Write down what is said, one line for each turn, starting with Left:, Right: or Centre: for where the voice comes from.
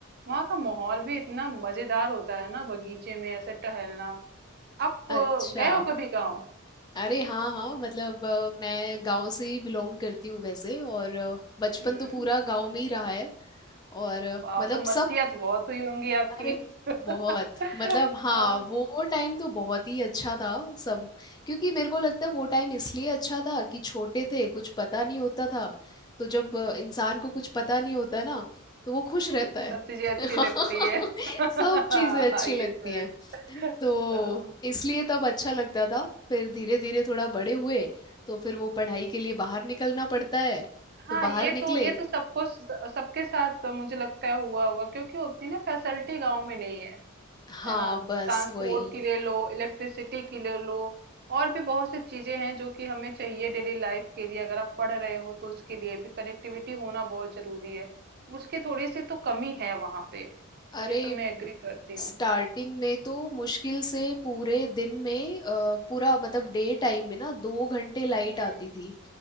Right: वहां का माहौल भी इतना मजेदार होता है ना बगीचे में ऐसे टहलना आप अ,
Left: अच्छा
Right: गए हो कभी गाँव
Left: अरे हाँ हाँ मतलब अ, मैं गांव से ही बिलोंग करती हूँ वैसे और अ, बचपन
Right: हम्म
Left: तो पूरा गांव में ही रहा है और अ,
Right: वाह
Left: मतलब
Right: तो मस्तियाँ
Left: सब
Right: तो बहुत हुई होंगी आपकी
Left: अरे
Right: <laughs>
Left: बहुत मतलब हाँ
Right: हाँ,
Left: वो टाइम तो बहुत ही अच्छा था सब क्योंकि मेरे को लगता है वो टाइम इसलिए अच्छा था कि छोटे थे कुछ पता नहीं होता था तो जब अ, इंसान को कुछ पता नहीं होता ना तो वो खुश रहता
Right: तो
Left: है
Right: सब चीजें
Left: <laughs>
Right: अच्छी लगती है <laughs> हाँ,
Left: सब चीजें अच्छी
Right: ये
Left: लगती
Right: तो
Left: हैं
Right: है
Left: तो
Right: हाँ
Left: इसलिए तब अच्छा लगता था फिर धीरे धीरे थोड़ा बड़े हुए तो फिर वो पढ़ाई के लिए बाहर निकलना पड़ता है
Right: हाँ,
Left: तो बाहर
Right: ये
Left: निकले
Right: तो ये तो सबको सबके साथ मुझे लगता है हुआ होगा क्योंकि उतनी ना फैसिलिटी गांव में नहीं है
Left: हाँ
Right: है ना
Left: बस
Right: ट्रांसपोर्ट
Left: वही
Right: के लिए लो इलेक्ट्रिसिटी के लिए लो और भी बहुत सी चीजें हैं जो कि हमें चाहिए डेली लाइफ के लिए अगर आप पढ़ रहे हो तो उसके लिए भी कनेक्टिविटी होना बहुत जरूरी है उसकी थोड़ी सी तो कमी है वहां पे
Left: अरे
Right: ये तो मैं एग्री करती हूँ
Left: स्टार्टिंग में तो मुश्किल से पूरे दिन में अ, पूरा मतलब डे टाइम में ना दो घंटे लाइट
Right: हम्म
Left: आती थी